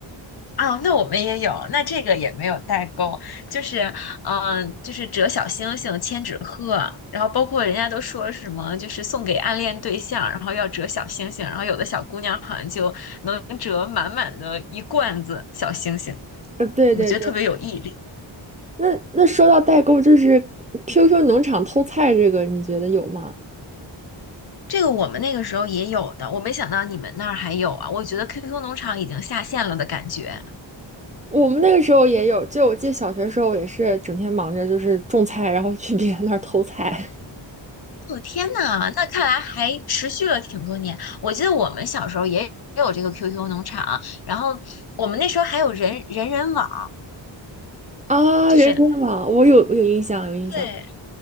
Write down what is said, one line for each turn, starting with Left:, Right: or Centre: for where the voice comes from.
Left: 啊，那我们也有，那这个也没有代沟，就是，嗯、就是折小星星、千纸鹤，然后包括人家都说什么，就是送给暗恋对象，然后要折小星星，然后有的小姑娘好像就能折满满的一罐子小星星，
Right: 呃，对对对，
Left: 我觉得特别有毅力。
Right: 那那说到代购，就是 QQ 农场偷菜这个，你觉得有吗？
Left: 这个我们那个时候也有的，我没想到你们那儿还有啊，我觉得 QQ 农场已经下线了的感觉。
Right: 我们那个时候也有，就我记得小学时候也是整天忙着就是种菜，然后去别人那儿偷菜
Left: 我天呐，那看来还持续了挺多年。我记得我们小时候也有这个 QQ 农场，然后我们那时候还有人人人网，
Right: <laughs> 啊，
Left: 就是
Right: 人参网，我有我有印象，有印象。
Left: 对